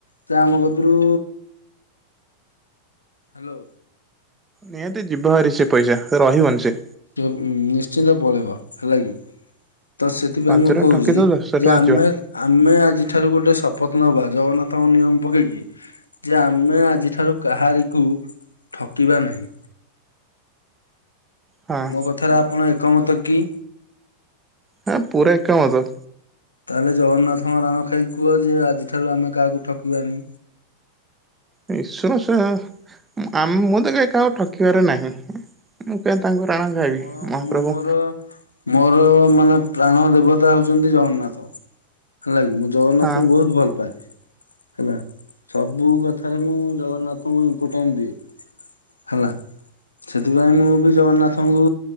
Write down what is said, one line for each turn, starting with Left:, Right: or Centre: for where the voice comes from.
Left: ତ ଆମ କତୁରୁ ହାଲୋ।
Right: ନିହାତି ଯିବ ହାରି ସେ ପଇଷା ରହିବନି ସେ
Left: ନିଶ୍ଚିନ୍ତ ପଳେଇବ ହେଲା କି ତ ସେଥିପାଇଁ
Right: ପାଞ୍ଚ
Left: ମୁଁ
Right: ଟଙ୍କା
Left: କୋହୁଚି
Right: ଠକିଦବ ଦଶ
Left: ଯେ
Right: ଟଙ୍କା
Left: ଆମେ
Right: ଯିବ
Left: ଆମେ ଆଜି ଆଜି ଠାରୁ ଗୋଟେ ଶପଥ ନବା ଜଗନ୍ନାଥଙ୍କ ନିୟମ ପକେଇକି। ଯେ ଆମେ ଆଜିଠାରୁ କାହାରିକୁ ଠକିବା ନାହିଁ।
Right: ହଁ
Left: ମୋ କଥାରେ ଆପଣ ଏକ ମତ କି?
Right: ହାଁ ପୁରା ଏକ ମତ।
Left: ତାହେଲେ ଜଗନ୍ନାଥଙ୍କ ରାଣ ଖାଇକି କୁହ ଯେ ଆଜିଠାରୁ ଆମେ କାହାକୁ ଠକିବାନି।
Right: ଈଶ୍ୱର ସେ ଆ ମୁଁ ତ କେ କହାକୁ ଠକିବାରେ ନାହିଁ। ମୁଁ କାହିଁ ତାଙ୍କୁ
Left: ହେଲା
Right: ରାଣ
Left: କି
Right: ଖାଇବି।
Left: ମୋ
Right: ମହାପ୍ରଭୁ
Left: ମୁଁ ମୋର ମୋର ମାନେ ପ୍ରାଣ ଦେବତା ହଉଚିନ୍ତି ଜଗନ୍ନାଥ ହେଲା କିି। ଜଗନ୍ନାଥଙ୍କୁ
Right: ହଁ
Left: ବହୁତ ଭଲପାଏ। ହେଲା ସବୁ କଥାରେ ମୁଁ ଜଗନ୍ନାଥଙ୍କୁ ଇମ୍ପୋଟାଣ୍ଟ ଦିଏ। ହେଲା ସେଥିପାଇଁ ମୁଁ ମୁଁ ଜଗନ୍ନାଥଙ୍କୁ